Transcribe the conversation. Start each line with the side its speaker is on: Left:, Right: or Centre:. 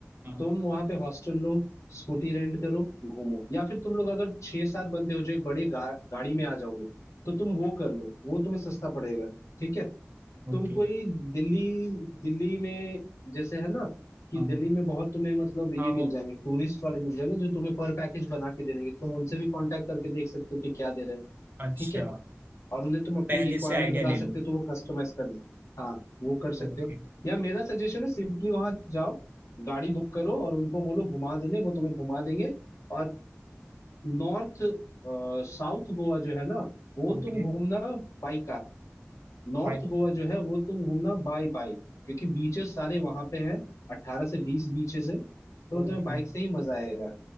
Right: हाँ
Left: तुम वहां पे हॉस्टल लो स्कूटी रेंट करो घूमो या फिर तुम लोग अगर छह सात बंदे हो जो एक बड़ी गा, गाड़ी में आ जाओगे तो तुम वो कर लो वो तुम्हें सस्ता पड़ेगा ठीक है
Right: ओके
Left: तुम कोई दिल्ली दिल्ली में जैसे है ना कि
Right: हाँ
Left: दिल्ली में बहुत तुम्हें मतलब ये
Right: हाँ
Left: मिल
Right: वो
Left: जाएंगे टूरिस्ट वाले मिल जाएंगे जो तुम्हें पर पैकेज बना के दे देंगे तुम उनसे भी कांटेक्ट करके देख सकते हो कि क्या दे रहे हैं
Right: अच्छा
Left: ठीक है और उन्हें तुम अपनी
Right: पहले
Left: रिक्वायरमेंट
Right: से आइडिया
Left: बता
Right: ले
Left: सकते
Right: लूँ
Left: हो तो वो कस्टमाइज कर ले हाँ वो कर सकते
Right: Okay
Left: हो या मेरा सजेशन है सिंपली वहां जाओ गाड़ी बुक करो और उनको बोलो घुमा देने वो तुम्हें घुमा देंगे और नॉर्थ साउथ गोवा जो है ना वो
Right: okay
Left: तुम घूमना बाई नॉर्थ
Right: wait
Left: गोवा जो है वो तुम घूमना बाय बाय क्योंकि बीचेस सारे वहां पे हैं अट्ठारह से बीस बीचेस है तो
Right: okay
Left: तुम्हें बाइक से ही मजा आएगा